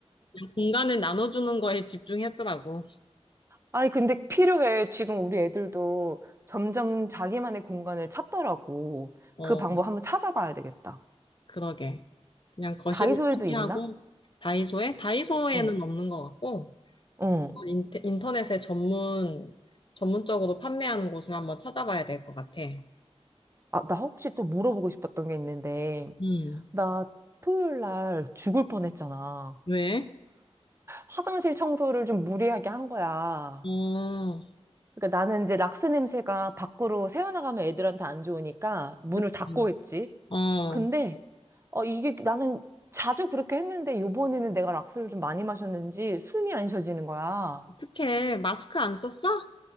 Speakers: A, on the left; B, on the right.
A: 공간을 나눠주는 거에 집중했더라고.
B: 아니, 근데 필요해. 지금 우리 애들도 점점 자기만의 공간을 찾더라고.
A: 어,
B: 그 방법 한번 찾아봐야 되겠다.
A: 그러게. 그냥 거실을
B: 다이소에도
A: 포기하고
B: 있나?
A: 다이소에 다이소에는
B: 어,
A: 없는 것 같고
B: 어.
A: 인- 인터넷에 전문 전문적으로 판매하는 곳을 한번 찾아봐야 될 것 같아.
B: 아, 나 혹시 또 물어보고 싶었던 게 있는데,
A: 음,
B: 나 토요일 날 죽을 뻔했잖아.
A: 왜?
B: 화장실 청소를 좀 무리하게 한 거야.
A: 어,
B: 그러니까 나는 이제 락스 냄새가 밖으로 새어나가면 애들한테 안 좋으니까 문을
A: 그치.
B: 닫고 했지.
A: 어,
B: 근데 어 이게 나는 자주 그렇게 했는데 요번에는 내가 락스를 좀 많이 마셨는지 숨이 안 쉬어지는 거야.
A: 어떡해. 마스크 안 썼어?